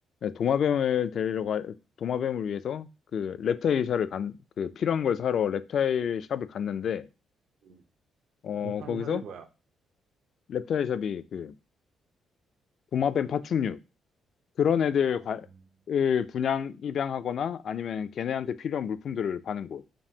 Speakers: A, on the left; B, on the right.
A: 도마뱀을
B: 응,
A: 데리러 가, 도마뱀을 위해서 그 reptile 샵을 간, 그 필요한 걸 사러 reptile 샵을 갔는데,
B: 응.
A: 어,
B: 못한
A: 거기서
B: 사람이 뭐야?
A: reptile 샵이 그 도마뱀 파충류, 그런
B: 아,
A: 애들 과-
B: 음.
A: 을 분양, 입양하거나 아니면 걔네한테 필요한 물품들을 파는